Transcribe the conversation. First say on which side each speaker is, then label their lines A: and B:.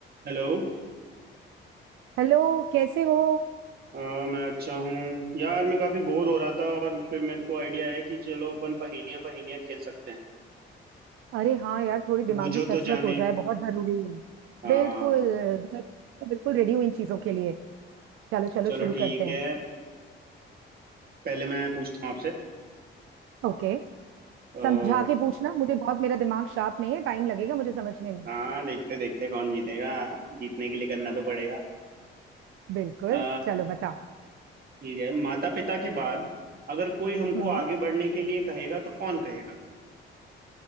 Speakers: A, on the right; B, on the right.
A: Hello
B: Hello कैसे हो
A: अ, मैं अच्छा हूँ यार मैं काफी बोर हो रहा था और फिर मेरे को आइडिया है कि चलो अपन पहेलियां पहेलियां खेल सकते हैं
B: अरे हाँ यार थोड़ी दिमागी
A: बूझो
B: कसरत
A: तो जाने
B: हो जाए बहुत जरूरी है
A: हाँ
B: बिल्कुल मैं तो बिल्कुल रेडी हूँ इन चीजों के लिए चलो चलो
A: चलो
B: शुरू करते
A: ठीक है
B: हैं
A: अ, पहले मैं पूछता हूँ आपसे
B: ओके
A: अ,
B: समझा के पूछना मुझे बहुत मेरा दिमाग शार्प नहीं है टाइम लगेगा मुझे समझने में
A: हाँ देखते देखते कौन जीतेगा जीतने के लिए करना तो पड़ेगा
B: बिल्कुल
A: अ,
B: चलो बताओ
A: ठीक है माता पिता के बाद अगर कोई हमको
B: हम्म
A: आगे बढ़ने के लिए कहेगा तो कौन कहेगा